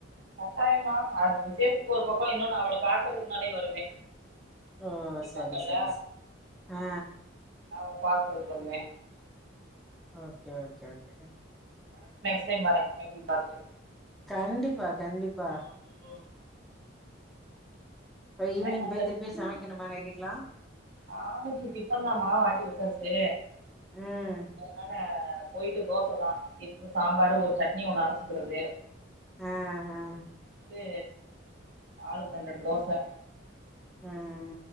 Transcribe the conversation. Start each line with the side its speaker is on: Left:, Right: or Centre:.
Right: கட்டாயமா அது விசேஷத்துக்கு ஒரு பக்க இன்னொனு அவள பாக்குறதுக்குனாலே வருவே
Centre: ஓ
Right: சுத்திபாத்தல்ல
Centre: சரி சரி சரி ஆ
Right: ஆமா பக்குறதுக்கு வருவே
Centre: ஓகே ஓகே ஓகே
Right: க்ஸ் சைம் வற எப்டின் பாத்துட்டு
Centre: கண்டிப்பா கண்டிப்பா
Right: ம் ம்
Centre: போய் ஈவினிங்
Right: டைம்
Centre: போய் திருப்பி சமைக்கணுமா நைட்டுக்லா
Right: ஆமாஜி டிஃபன் நா. மாவாட்டி வச்சாச்சி
Centre: ம்
Right: அதனால அ போயிட்டு தோசதா இருக்கு சாம்பாரு ஒரு சட்னி ஒன்னு அரச்சுக்கிறது
Centre: ஆ ஆ
Right: து ஆளுக்கு ரெண் ரெண்டு தோச
Centre: ம்ம்